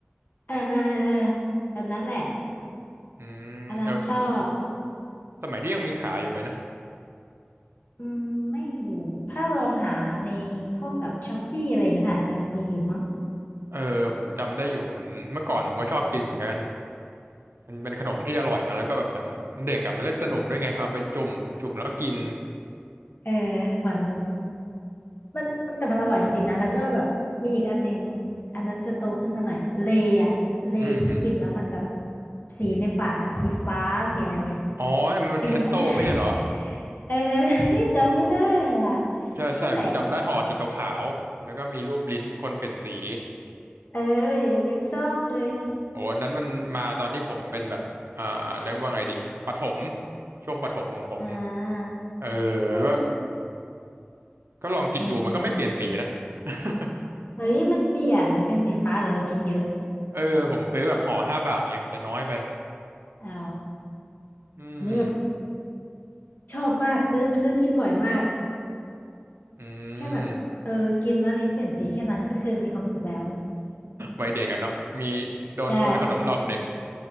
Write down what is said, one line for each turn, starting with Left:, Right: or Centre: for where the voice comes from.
Left: เออเออเออเอออันนั้นแหละ
Right: อืมเออผม
Left: อันนั้นชอบ
Right: สมัยนี้ยังมีขายอยู่ไหมนะ
Left: อืมไม่รู้ถ้าลองหาในพวกแบบช้อปปี้อะไรอย่างเงี้ยอาจจะมีอยู่มั้ง
Right: เออเออผมจำได้อยู่มันเมื่อก่อนผมก็ชอบกินเหมือนกันมันเป็นขนมที่อร่อยนะแล้วก็แบบเหมือนเด็กอะมันเล่นสนุกด้วยไงเอาไปจุ่มจุ่มแล้วก็กิน
Left: เออเหมือนมันมันมันแต่มันอร่อยจริงๆนะ แล้วก็แบบมีอีกอันหนึงอันนั้นจะโตขึ้นมาหน่อยเลอะเลที่กินแล้วมันแบบ
Right: อืมอืม
Left: สีในปากอะสีฟ้า สีอะไรเงี้ย
Right: อ๋อมันเทสโต้ไม่ใช่เหรอ
Left: เคยกินปะ <laughs> เออ <laughs> เออ <laughs> จำไม่ได้อ่ะ
Right: ใช่ใช่ผมจำได้ห่อสีขาวๆแล้วก็มีรูปลิ้นคนเปลี่ยนสี
Left: นั่นแหละ เออยังยังชอบเลย
Right: โอ้อันนั้นมันมาตอนที่ผมเป็นแบบอ่าเรียกว่าไงดีประถมช่วงประถมของผม
Left: อ่า
Right: เออ
Left: ก็ยัง
Right: ก็ ก็ลองกินดูมันก็ไม่เปลี่ยนสีนะ
Left: อืม
Right: <laughs>
Left: เฮ้ยมันเปลี่ยนมันเป็นสีฟ้าหรือเรากินเยอะ
Right: เออผมซื้อแบบห่อห้าบาทไงมันจะน้อยไป
Left: อ๋อ
Right: อืม
Left: อันนี้แบบชอบมากซื้อซื้อกินบ่อยมาก
Right: อื
Left: แค่แบบเออกินแล้วลิ้นเปลี่ยนสีแค่นั้นก็คือมีความสุขแล้ว
Right: มวัยเด็กอะเนาะมีโดนโดนขนมหลอกเด็ก
Left: ใช่